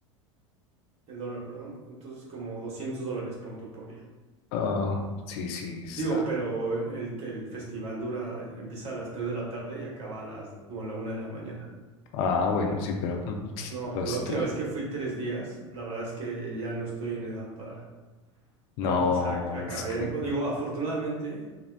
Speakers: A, on the right (about 40°); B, on the left (about 50°).
A: El dólar, perdón. Entonces, como 200 dólares, pon tú, por día.
B: Ah, sí, sí, está.
A: Digo, pero el, el festival dura, empieza a las 3 de la tarde y acaba a las o a la una de la mañana.
B: Ah, bueno, sí, pero, Ujú.
A: No,
B: pero es
A: la última
B: tra-
A: vez que fui tres días, la verdad es que ya no estoy en edad para...
B: No,
A: No, o sea, ac- acabé...
B: es que.
A: Digo, afortunadamente